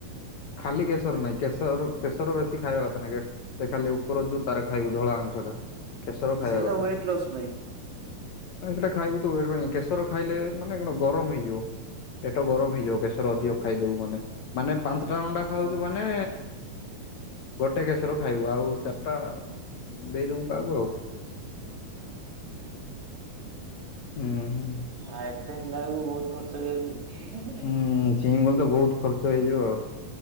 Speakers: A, on the left (about 65°); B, on the right (about 55°).
A: ଖାଲି କେଶର ନାଇଁ କେଶରୁ କେଶର ବେଶୀ ଖାଇବା କଥା ନାଇଁ କେ ସେ ଖାଲି ଉପର ଯୋଉ ତାର ଖାଇବୁ ଧଳା ଅଂଶଟା କେଶର ଖାଇବା
B: ସେଇଟା
A: କଥା।
B: ୱେଟ୍ ଲସ୍ ପାଇଁ।
A: ସେଇଟା ଖାଇବୁ ତୁ ୱେଟ୍ ପାଇଁ କେଶର ଖାଇଲେ ମାନେ କଣ ଗରମ ହେଇଯିବ। ପେଟ ଗରମ ହେଇଯାଉ କେଶର ଅଧିକ ଖାଇଦବୁ ମାନେ ମାନେ ପାଞ୍ଚଟା ଅଣ୍ଡା
B: ହଁ
A: ଖାଉଚୁ ମାନେ ଗୋଟେ କେଶର ଖାଇବୁ ଆଉ ଚାରିଟା ଦେଇଦବୁ କାହାକୁ ଆଉ। ହୁଁ‌।
B: ହଁ ଏତେ ହେଲା ବେଳକୁ ବହୁତ୍ ଖର୍ଚ୍ଚ ହେଇଯାଉଚି <unintelligible>
A: ହୁଁ ଜିମ ଗଲେ ତ ବହୁତ୍ ଖର୍ଚ୍ଚ ହେଇଯିବ। ଆଉ